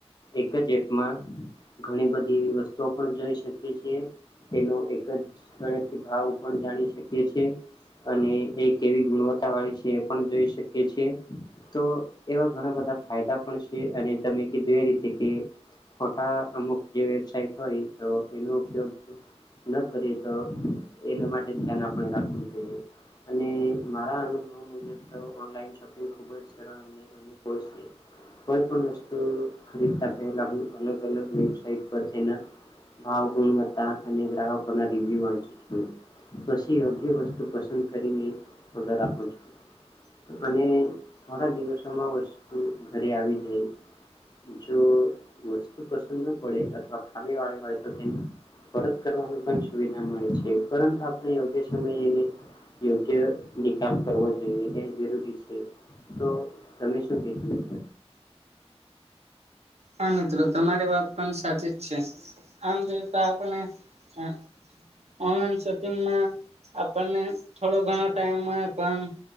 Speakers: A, on the left; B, on the right.
A: એક જ એપમાં ઘણી બધી એવી વસ્તુઓ પણ જોઈ શકીએ છીએ તેનો એક જ સ્થળેથી ભાવ પણ જાણી શકીએ છીએ અને એ કેવી ગુણવત્તા વાળી છે એ પણ જોઈ શકીએ છીએ તો એવા ઘણાં બધાં ફાયદા પણ છે અને તમે કીધું એ રીતે કે. ખોટા અમુક જે વેબસાાઈટ હોય તો એનો ઉપયોગ. ન કરીએ તો એના માટે ધ્યાન આપણે રાખવું જોઈએ. અને મારા અનુભવ મુજબ તો ઓનલાઈન શોપિંગ ખૂબ જ સર આમા કોષ કે. કોઈ પણ વસ્તુ ખરીદતા પેહલા હું અલગ અલગ વેબસાઇટ પર તેના ભાવ ગુણવત્તા અને ગ્રાહકોનાં રિવ્યુ વાંચુ છું. પછી યોગ્ય વસ્તુ પસંદ કરીને ઓડર રાખું છું. અને થોડા દિવસોમાં વસ્તુ ઘરે આવી જાય. જો વસ્તુ પસંદ ન પડે અથવા ખામી વાળી હોય તો તેમ પરત કરવાની પણ સુવિધા મળે છે પરંતુ આપણે યોગ્ય સમય એને યોગ્ય નિકાલ કરવો જોઈએ એ જરૂરી છે તો તમે શું કેશો મિત્ર?
B: હા, મિત્રો તમારી વાત પણ સાચી જ છે આમ જોતા આપણને અ. ઓનલાઈન શોપિંગમાં આપણને થોડો ઘણો ટાઈમ મળે પણ